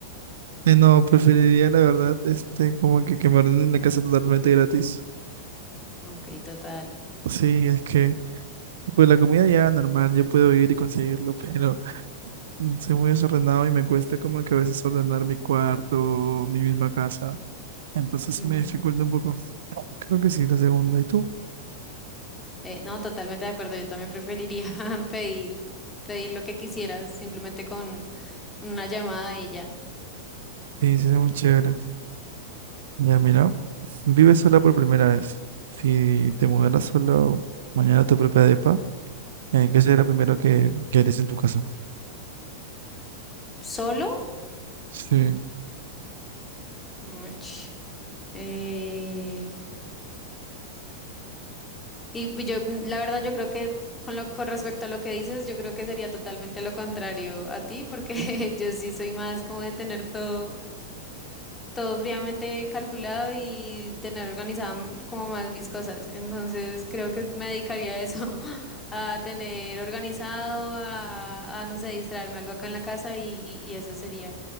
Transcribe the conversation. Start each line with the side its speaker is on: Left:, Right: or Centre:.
Right: Eh, No, preferiría la verdad, este, como que, que me ordenen la casa totalmente gratis.
Left: Ok, total.
Right: Sí, es que, pues la comida ya normal, yo puedo ir y conseguirlo, pero mm, soy muy desordenado y me cuesta como que a veces ordenar mi cuarto, mi misma casa. Entonces
Left: <laughs>
Right: me dificulta un poco. Creo que sí, la segunda. ¿Y tú?
Left: Eh, no, totalmente de acuerdo. Yo también preferiría <laughs> pedir, pedir lo que quisiera simplemente con una llamada y ya.
Right: Sí, sería muy chévere. Ya, mira, vives sola por primera vez. Si te mudaras solo mañana a tu propia depa, eh, ¿qué sería lo primero que, que harías en tu casa?
Left: ¿Solo?
Right: Sí.
Left: Uch, eh, y pues yo, mm, la verdad, yo creo que con lo, con respecto a lo que dices, yo creo que sería totalmente lo contrario a ti, porque <laughs> yo sí soy más como de tener todo todo fríamente calculado y tener organizado m- como más mis cosas. Entonces creo que me dedicaría a eso, <laughs> a tener organizado, a, a, no sé, distraerme algo acá en la casa y, y eso sería.